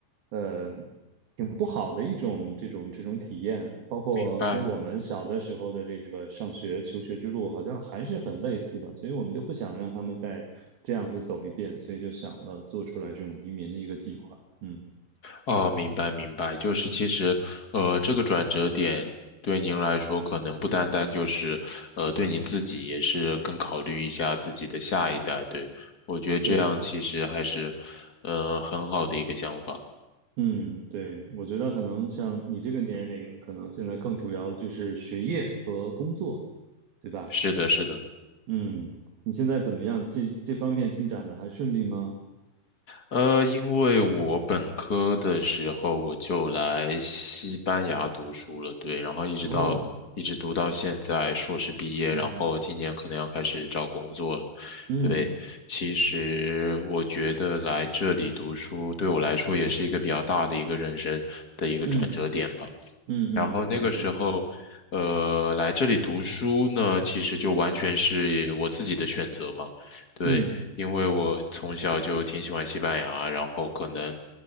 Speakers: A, on the right; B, on the left.
A: 呃挺不好的一种这种这种体验，包括跟我们小的时候的这个上学求学之路好像还是很类似的，
B: 明白。
A: 所以我们就不想让他们再这样子走一遍，所以就想到做出来这种移民的一个计划。嗯，
B: 哦，明白明白，就是其实，呃，这个转折点对您来说，可能不单单就是，呃，对您自己也是更考虑一下自己的下一代。对，我觉得这样其实还是，
A: 对，
B: 呃，很好的一个想法。
A: 嗯，对，我觉得可能像你这个年龄，可能现在更主要的就是学业和工作，对吧？
B: 是的，是的。
A: 嗯，你现在怎么样？这这方面进展的还顺利吗？
B: 呃，因为我本科的时候我就来西班牙读书了，对，然后一直到一直读到现在硕士毕业，
A: 哦，嗯
B: 然后今年可能要开始找工作了。
A: 嗯
B: 对，其实我觉得来这里读书对我来说也是一个比较大的一个人生的一个转折点吧。
A: 嗯嗯嗯，
B: 然后那个时候，
A: 明白。
B: 呃，来这里读书呢，其实就完全是我自己的选择嘛。对，
A: 嗯
B: 因为我从小就挺喜欢西班牙，然后可能，